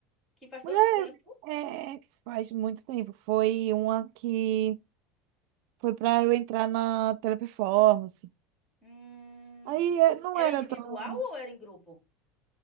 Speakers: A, on the left; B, on the right.
A: Que faz tanto
B: Mulher,
A: tempo.
B: é, faz muito tempo. Foi uma que Foi pra eu entrar na teleperformance.
A: Hum,
B: Aí é, não
A: era
B: era
A: individual
B: tão.
A: ou era em grupo?